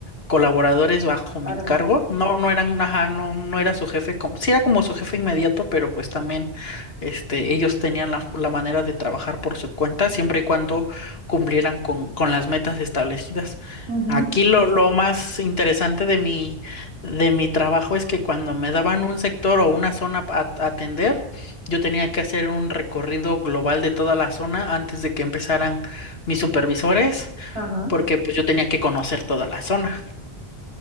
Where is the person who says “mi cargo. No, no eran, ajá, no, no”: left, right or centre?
Left